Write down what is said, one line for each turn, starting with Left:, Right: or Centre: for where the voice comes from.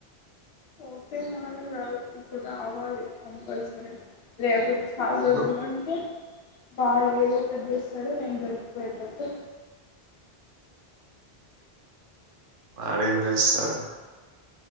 Left: పోతే నళు కాదు ఇప్పుడు రావాలి కంపల్సరీ లేబర్ ాల
Right: ఎందుకు
Left: రజుంట వాడు ఏద ఒకక్కటి చూస్తాడు నేను దొరికిపోయేటట్టు
Right: వాడం వస్తడ